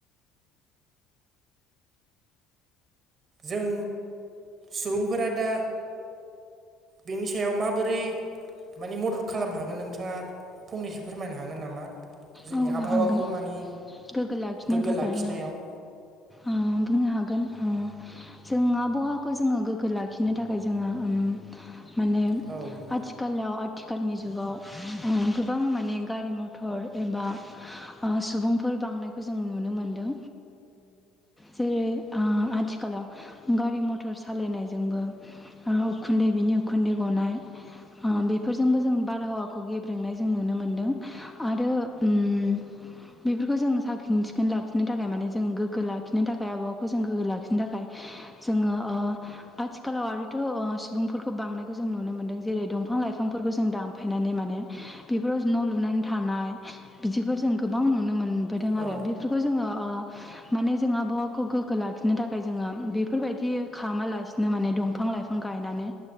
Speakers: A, on the right; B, in the centre.
A: जों सुबुंफोरा दा बेनि सायाव माबोरै मानि मदद खालामनो हागोन नोंथाङा फंनैसो फोरमायनो हागोन नामा जोंनि
B: औ
A: आबहावाखौ
B: हागोन
A: मानि
B: गोग्गो लाखिनो
A: गोग्गो
B: थाखाय
A: लाखिनायाव
B: ना ओ बुंनो हागोन जों आबहावाखौ जोंङो गोग्गो लाखिनो थाखाय जोंङो माने
A: औ
B: आथिखालाव आथिखालनि जुगाव गोबां माने गारि मथर एबा सुबुंफोर बांनायखौ जों नुनो मोनदों जेरै आथिखालाव गारि मथर सालायनायजोंबो उखुन्दै बिनि उखुन्दै गनाय बेफोरजोंबो जों बारहावाखौ गेब्रेंनाय जों नुनो मोनदों आरो उम बेफोरखौ जों साखोन सिखोन लाखिनो थाखाय माने जों गोग्गो लाखिनो थाखाय आबहावाखौ जों गोग्गो लाखिनो थाखाय जोंङो ओ आथिखालाव आरोथ' सुबुंफोरखौ बांनायखौ जों नुनो मोन्दों जेरै दंफां लाइफांफोरखौ जों दानफायनानै माने बेफोराव न' लुनानै थानाय बिदिफोर जों गोबां नुनो मोनबोदों
A: औ
B: आरो बेफोरखौ जोंङो ओ माने जों आबहावाखौ गोग्गो लाखिनो थाखाय जोङो बेफोरबायदि खालामालासिनो बिनो माने दंफां लाइफां गायनानै